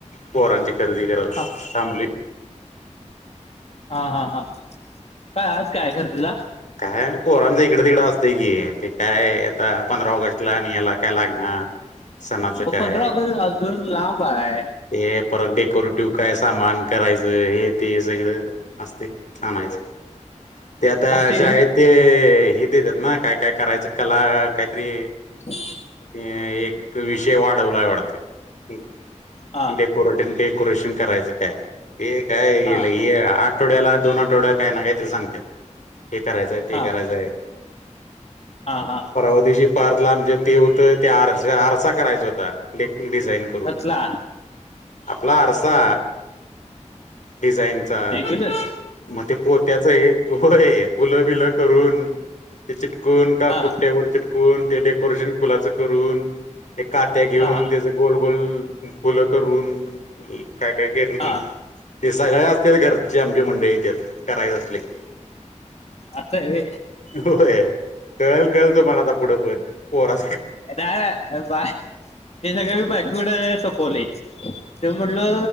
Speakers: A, on the left (about 80°); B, on the left (about 55°).
A: पोरांची खरेदी करांला
B: हा
A: थांब
B: हा हा हा काय आज काय आहे खरदीला?
A: काय पोरांचं इकडं तिकडं असतय की, ते काय आता पंधरा ऑगस्ट ला आनि हला काय लागणार, सणाचं
B: ओ
A: काय
B: पंधरा ऑगस्ट अजून लांब हाय
A: ते परत डेकोरेटिव काय सामान करायचं, हे ते सगळं असतय आणायचं, ते आता
B: असते व्हय
A: शाळेत ते हे देतेत ना, काय काय करायचं कला, काहीतरी
B: ह <inaudible>
A: अं एक विषय वाढवलाय वाटतं
B: हा
A: डेकोरेटन डेकोरेशन करायचं काय. हे काय
B: हा
A: आठवड्याला दोन आठवड्या काय ना काय तरी सांगत्यात. हे करायचंय ते
B: हा
A: करायचंय.
B: हा हा.
A: पर्वा दिवशी पार्थला आमच्या ते हूतं, त्या आर आरसा करायचा हूता. डे डिझाईन करून.
B: कसला
A: आपला आरसा, डिझाईनचा.
B: बोल <unintelligible>
A: मग ते पोत्याच एक, होय, फुल बिलं करून ते चिटकून का
B: हा
A: पुठा वर चिकटवून, ते डेकोरेशन फुलाच करून, ते कात्या घेऊन
B: हा
A: तेजं गोल गोल फुलं करून, काय काय करत
B: हा
A: हूती. ते सगळ्या असत्यात, घरची आमची मंडळी त्यात, करायचं असलं की.
B: असंय व्हय.
A: होय, कळल कळल तुम्हाला आता पुढं पण, पोरा
B: दादा बाय ते सगळं मी बायकुकडं सोपवलर ते म्हणलो